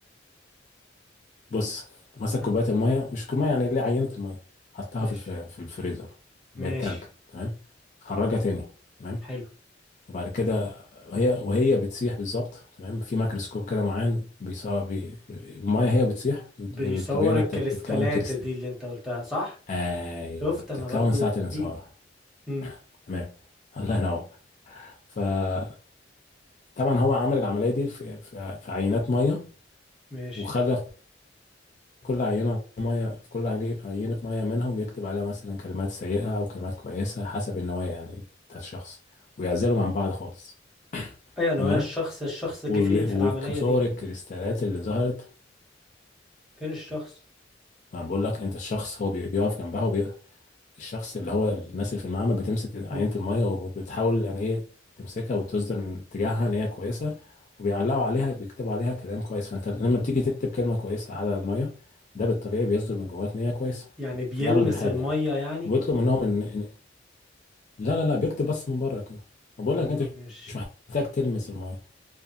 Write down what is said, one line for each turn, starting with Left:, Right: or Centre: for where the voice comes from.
Left: بص مسك
Centre: <laughs> مه.
Left: كوبايه الميه مش كوبايه يعني اللي عينه الميه حطها
Centre: ماشي
Left: في الف... في الفريزر بقت
Centre: ماشي
Left: تلج تمام خرجها تاني تمام
Centre: حلو
Left: وبعد كده هي وهي بتسيح بالظبط تمام في ميكروسكوب كده معين بيصاب بي... الميه هي بتسيح من
Centre: بيصور
Left: من الطبيعه انها
Centre: الكريستالات
Left: بتك- بتكون كريستال
Centre: دي اللي انت قلتها صح
Left: ايوه
Centre: شفت
Left: بتتكون
Centre: انا برضو
Left: ساعة الانصهار
Centre: نبيه امم
Left: تمام الله ينور فطبعا هو عمل العملية دي في, في, في عينات مية
Centre: ماشي
Left: وخلى في كل عينة مية في كل عيني- عينة مية منهم يكتب عليها مثلا كلمات سيئة أو كلمات كويسة حسب النوايا يعني بتاعت الشخص ويعزلهم عن بعض خالص
Centre: ايوه انا
Left: تمام
Centre: هو الشخص الشخص
Left: وال-
Centre: جه فين في العملية
Left: وصور
Centre: دي
Left: الكريستالات اللي ظهرت
Centre: فين الشخص
Left: ما بقول لك أنت الشخص هو بي- بيقف جنبها الشخص اللي هو الناس اللي في المعمل بتمسك عينة
Centre: مم.
Left: المية وبتحاول يعني ايه تمسكها وتصدر من اتجاهها ان هي كويسة وبيعلقوا عليها بيكتبوا عليها كلام كويس فانت لما بتيجي تكتب كلمة كويسة على المية ده بالطبيعي بيصدر من جواك ان هي كويسة
Centre: يعني بيلمس
Left: في الأغلب الحال
Centre: المية
Left: يعني
Centre: يعني
Left: وبيطلب منهم ان إن- لا لا لا بيكتب بس من بره كده بقول
Centre: مم.
Left: لك انت
Centre: ماشي
Left: مش محتاج تلمس المية